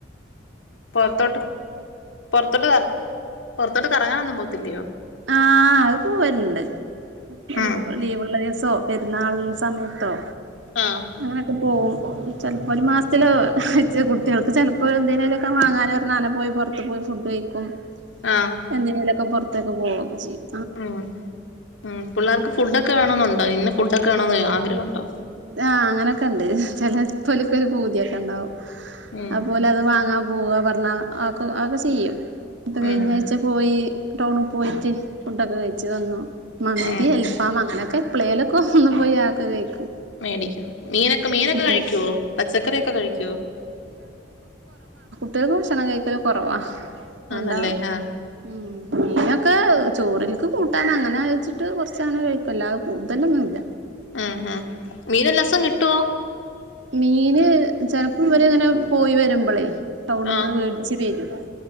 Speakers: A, on the left; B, on the right.
A: പുറത്തോട്ട് പുർ ത്തോട്ട് പുറത്തോട്ട് കറങ്ങാനൊന്നും പോത്തില്ലയോ
B: ആ അത് പോവലുണ്ട് ഒരു
A: ഉം
B: ലീവ്ള്ള ദിവസോ പെരുന്നാൾന് സമയത്തോ
A: ആഹ്
B: അങ്ങനൊക്കെ പോവും ചിലപ്പോ ഒരു മാസത്തില് കുട്ടികൾക്ക് ചിലപ്പോ എന്തിന്നേലുംമൊക്കെ വാങ്ങാൻ പറഞ്ഞാ അങ്ങനെ പോയി പുറത്ത് പോയി ഫുഡ് കഴിക്കും
A: ആഹ്
B: എന്തിന്നേലൊക്കെ പൊർ പോകുക്കോ ചെയ്യും
A: ഉം ഉം പുള്ളാർക്ക് ഫുഡൊക്കെ വേണെന്നുണ്ടോ ഇന്നാ ഫുഡോക്കെ വണന്ന് ആഗ്രഹുണ്ടോ
B: ആ അങ്ങനെയൊക്കെ ഉണ്ട് ചിലപ്പോലക്ക ഒരു പൂതിയൊക്കെ ഉണ്ടാവും
A: ഉം
B: അതുപോലെ അത് വാങ്ങാ പോവാ പറഞ്ഞാ ആക്ക ആക്കെ ചെയ്യും ന്നിട്ട് കഴിഞ്ഞായിച്ച
A: ഉം
B: പോയി ടൗണിൽ പോയിട്ട് ഫുഡൊക്കെ കഴിച്ച് വന്നു മന്തി
A: ഉം
B: അൽഫാം അങ്ങനെ എപ്പളേലൊക്കെ ഒന്ന് പോയി അതൊക്കെ കഴിക്കും
A: മേടിക്കും മീനൊക്കെ മീനൊക്കെ
B: ഉം
A: കഴിക്കുവോ പച്ചക്കറിയോക്കെ കഴിക്കുവോ
B: കുട്ടിഅക്ക് ഭക്ഷണം കഴിക്കല് കൊറവാ രണ്ടാളും
A: ആന്നല്ലേ ആഹ്
B: ഉം മീനൊക്കെ ചോറിലേക്ക് കൂട്ടാൻ അങ്ങനെ ഒഴിച്ചിട്ട് കുറച്ചങ്ങനെ കഴിക്കും അല്ലാതെ കൂടുതലൊന്നും ഇല്ല
A: ആ ഹാ മീനെല്ലാസം കിട്ടോ
B: മീന് ചെലപ്പോ ഇവരിങ്ങനെ പോയി വരുമ്പോളേ ടൗണിന്
A: ആഹ്
B: വേടിച്ച്തെരും